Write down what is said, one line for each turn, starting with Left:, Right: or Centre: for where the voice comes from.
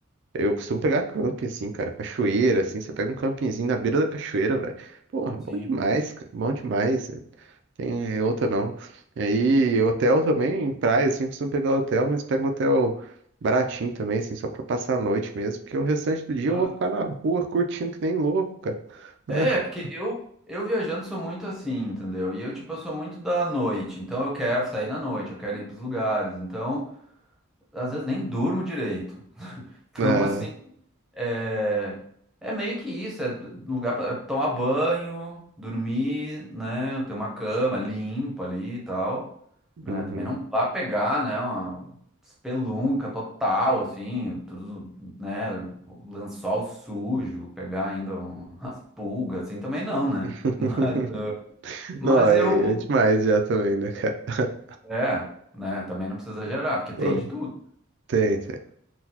Right: eu costumo pegar camping, assim, cara. Cachoeira, assim, você pega um campinzinho na beira da cachoeira, velho. Porra, bom
Centre: sim.
Right: demais, cara. Bom demais. Tem outra não. Aí, hotel também, em praia, assim, costumo pegar hotel, mas pego hotel baratinho também, assim, só pra passar a noite mesmo, porque o restante do dia
Centre: tá.
Right: eu vou ficar na rua curtindo que nem louco, cara. <laughs>
Centre: É, porque eu, eu viajando sou muito assim, entendeu? E eu, tipo, eu sou muito da noite, então eu quero sair na noite, eu quero ir pros lugares, então às vezes nem durmo direito. <laughs> Então,
Right: É,
Centre: assim. É, é meio que isso, é d- lugar para tomar banho, dormir, né? Ter uma cama limpa ali e tal, né?
Right: uhum.
Centre: Também não vá pegar, né? Uma espelunca total, assim, tudo, né? Lençol sujo, pegar ainda um- <laughs> umas pulgas, assim, também não, né?
Right: <laughs>
Centre: Mas, mas
Right: Não, é,
Centre: eu,
Right: é demais já também, né, cara? <laughs>
Centre: é, né? Também não precisa exagerar, porque tem
Right: Pô,
Centre: de tudo.
Right: Tem, tem.